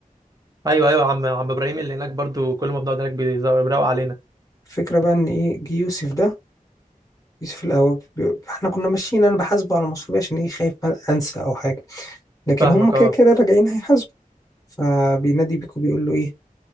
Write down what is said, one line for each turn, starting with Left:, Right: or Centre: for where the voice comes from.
Right: ايوه ايوه عم عم ابراهيم اللي هناك برضو كل ما بنقعد هناك بيزو- بيروق علينا
Left: الفكرة بقى ان ايه جه يوسف ده يوسف الاهوج بي- احنا كنا ماشيين انا بحاسبه على مصروفي عشان ايه خايف انسى او حاجة لكن
Right: فاهمك
Left: هم كده
Right: اه
Left: كده راجعين هيحاسبوا فبينادي بيكو بيقول له ايه